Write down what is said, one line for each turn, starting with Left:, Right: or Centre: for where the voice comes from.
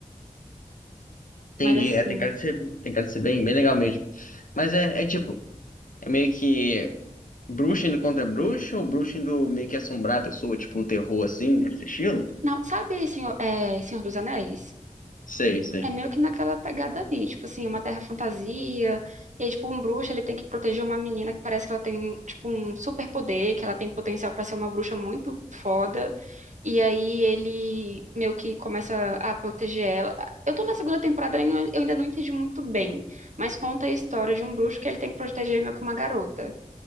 Left: Entendi.
Right: Mas assim...
Left: É, tem cara de ser, tem cara de ser bem, bem legal mesmo. Mas é, é tipo, é meio que bruxa indo contra bruxa ou bruxa indo meio que assombrar a pessoa, tipo um terror assim, nesse estilo?
Right: Não, sabe, senhor, é, Senhor dos Anéis?
Left: Sei, sei.
Right: É meio que naquela pegada ali, tipo assim, uma terra fantasia, e aí, tipo, um bruxo, ele tem que proteger uma menina que parece que ela tem, tipo, um superpoder, que ela tem potencial pra ser uma bruxa muito foda, e aí ele meio que começa a proteger ela. Eu tô na segunda temporada e eu eu ainda não entendi muito bem, mas conta a história de um bruxo que ele tem que proteger meio que uma garota,